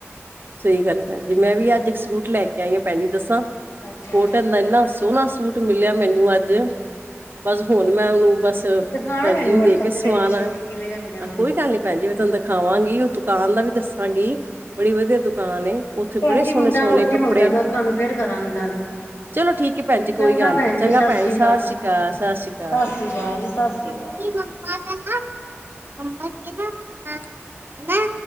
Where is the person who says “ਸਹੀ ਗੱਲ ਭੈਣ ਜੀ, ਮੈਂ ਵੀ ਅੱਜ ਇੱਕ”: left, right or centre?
Right